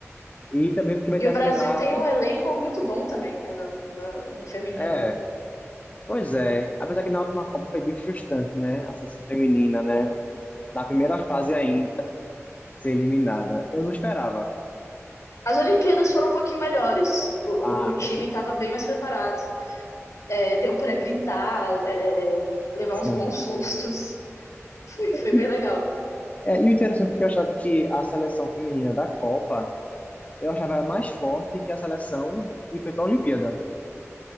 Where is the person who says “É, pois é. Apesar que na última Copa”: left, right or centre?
Left